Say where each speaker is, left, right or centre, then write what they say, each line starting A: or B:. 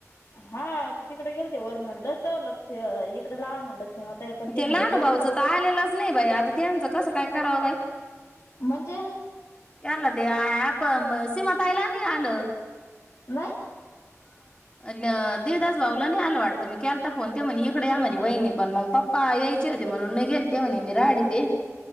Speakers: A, on the left (about 65°); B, on the left (about 20°).
A: हा ते तिकडे गेलते वरमनलं तर लग इकड ला म्हणलं सीमा ताईला पण
B: ते
A: म्हणे
B: लानु
A: मी वर
B: भाऊचं तर आलेलाच नाय बाई आता त्यांचं कसं काय करावं बाई?
A: म्हणजे?
B: त्यांना ते ऍप सीमाताईला नाय आलं.
A: नाय?
B: अह देवदास भाऊला नाही आलं वाटतं मी केलता फोन ते म्हणे इकडे या म्हणे वहिनी पण मग पप् पप्पा यायचे होते म्हणून गेल ते म्हणे मी राहाडीतय.